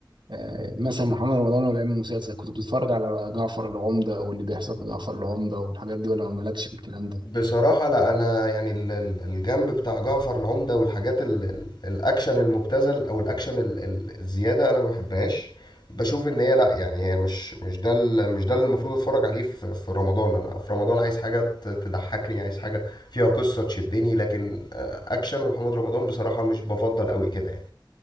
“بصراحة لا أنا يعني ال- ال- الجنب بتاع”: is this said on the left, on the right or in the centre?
Left